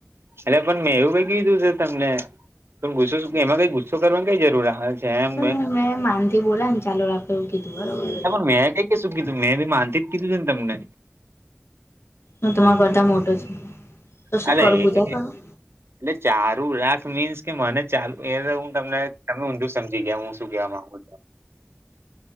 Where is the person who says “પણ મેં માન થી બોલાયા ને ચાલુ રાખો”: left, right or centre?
Left